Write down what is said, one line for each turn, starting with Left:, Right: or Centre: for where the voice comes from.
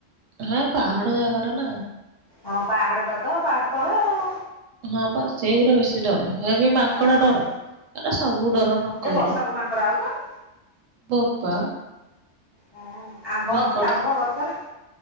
Right: ହଁ ପାହାଡ଼ ଜାଗା ଟା ନା।
Left: ହଁ ପାହାଡଟା ତ ପାହାଡ ତଳ ଆଉ।
Right: ହଁ ବା ସେଇଗୁଡା ବେଶୀ। ଡର ଏ ବି ମାଙ୍କଡ
Left: ହଁ
Right: ଡର ଏଟା ସବୁ ଡର ନ
Left: ଏ
Right: କହି
Left: ବର୍ଷାକୁ ମାଙ୍କଡ଼ା ଆଉଛନ୍ତି?
Right: ବୋପା।
Left: ହୁଁ ଆମ୍ବ
Right: ମାଙ୍କଡ
Left: ଅଛି ଆମ୍ବ ଗଛରେ?